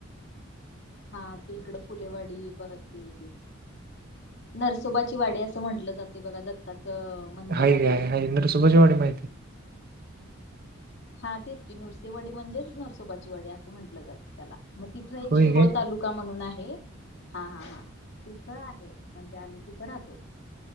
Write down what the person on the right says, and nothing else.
हाय
की हाय, नरसोबाची वाडी माहितीय.
होय
काय?